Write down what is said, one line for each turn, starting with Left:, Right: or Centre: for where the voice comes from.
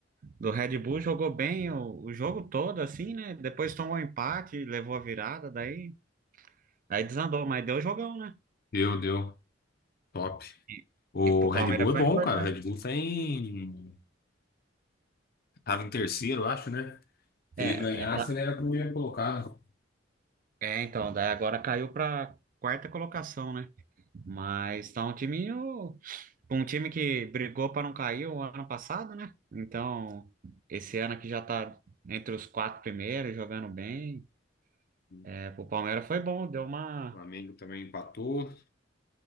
Right: do Red Bull jogou bem o, o jogo todo, assim, né? Depois tomou empate, levou a virada, daí, aí desandou, mas deu jogão, né?
Left: Deu, deu. Top.
Right: E,
Left: O
Right: e pro
Left: Red
Right: Palmeiras
Left: Bull é
Right: foi
Left: bom,
Right: importante.
Left: cara. O Red Bull tá em... Tava em terceiro, eu acho, né? Se
Right: É,
Left: ele ganhasse,
Right: é, tá.
Left: ele era primeiro colocado.
Right: É, então, daí agora caiu pra quarta colocação, né? Mas tá um timinho. um time que brigou para não cair o ano passado, né? Então, esse ano aqui já tá entre os quatro primeiros, jogando bem.
Left: O
Right: É, pro Palmeiras foi bom, deu uma.
Left: Flamengo também empatou.